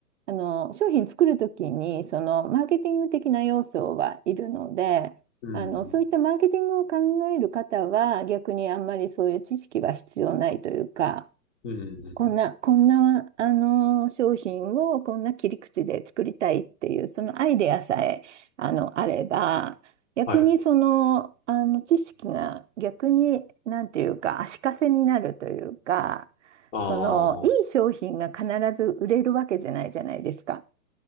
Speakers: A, on the right; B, on the left.
A: あの、商品作るときにそのマーケティング的な要素はいるので、
B: うん、
A: あの、そういったマーケティングを考える方は逆にあんまりそういう知識は必要ないというか、
B: うん、
A: こんな、
B: うん
A: こんな、あの、商品をこんな切り口で作りたいっていう、そのアイデアさえ、あの、あれば、逆にその、
B: はい。
A: あの、知識が逆に、なんていうか、足かせになるというか、
B: あ
A: その、いい商品が必ず売れるわけじゃないじゃないですか。